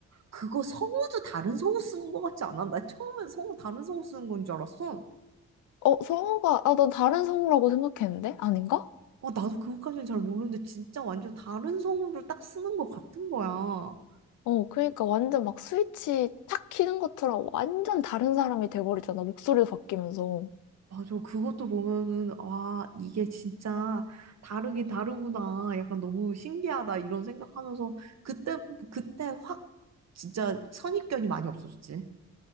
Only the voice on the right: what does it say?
그거 성우도 다른 성우 쓰는 것 같지 않아? 나 처음엔 성우 다른 성우 쓰는 건 줄 알았어.
어, 나도 그것까지는 잘 모르는데 진짜 완전 다른 성우를 딱 쓰는 것 같은 거야. 어,
맞아. 그것도 보면은 와, 이게 진짜 다르긴 다르구나. 약간 너무 신기하다 이런 생각하면서 그때 그때 확 진짜 선입견이 많이 없어졌지.